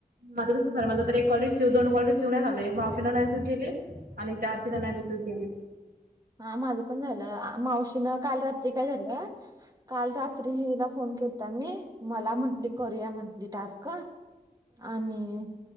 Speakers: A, on the right; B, on the right.
A: माझं तसं झालं, माझ तर एक कॉल रिसव दोन कॉल रिसव नाही झाले. मावशीने नाही रिसिव केली. अणि त्या आरतीन नाय रिसिव्ह केली.
B: ह माझं पण झालं, मावशीनं काल रात्री काय झालं- काल रात्रीला हिला फोन केलता मी, मला म्हटली करू या म्हटली टास्क. आणि-